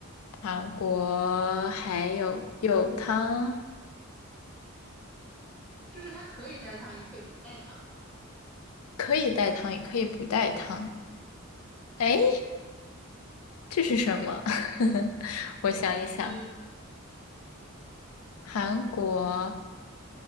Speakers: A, on the left; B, in the centre.
A: 韩国还有有汤。
B: 就是它可以带汤，也可以不带汤。
A: 可以带汤，也可以不带汤。哎，这是什么？<laughs> 我想一想，
B: 嗯，
A: 韩国